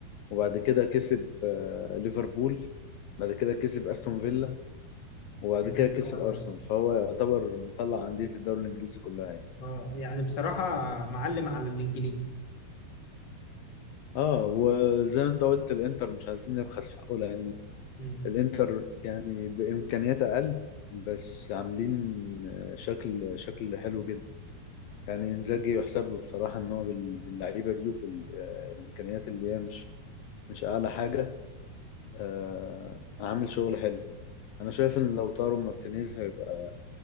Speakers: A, on the left; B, on the left.
A: وبعد كده كسب آه، ليفربول بعد كده كسب أستون فيلا وبعد
B: مطلع
A: كده كسب
B: الارسنال
A: أرسنال فهو يعتبر مطلع أندية الدوري الإنجليزي كلها يعني.
B: اه يعني بصراحه معلم على الانجليز
A: اه وزي ما انت قلت الانتر مش عايزين نبخس حقه لان
B: مم.
A: الانتر يعني بامكانيات اقل بس عاملين آه، شكل شكل حلو جدا يعني انزاجي يحسب له بصراحه ان هو بال- باللعيبه دي وبالامكانيات اللي هي مش مش اعلى حاجه آه عامل شغل حلو انا شايف ان لو طاروا مارتينيز هيبقى